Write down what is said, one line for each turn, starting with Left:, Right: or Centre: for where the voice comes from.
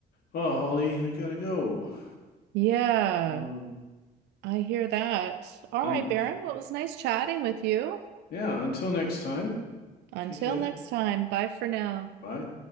Left: Well, Holly, I gotta go.
Right: Yeah,
Left: So,
Right: I hear that. All
Left: un
Right: right, Baron, well, it was nice chatting with you.
Left: yeah, until next time,
Right: Until
Left: take care.
Right: next time, bye for now.
Left: Bye.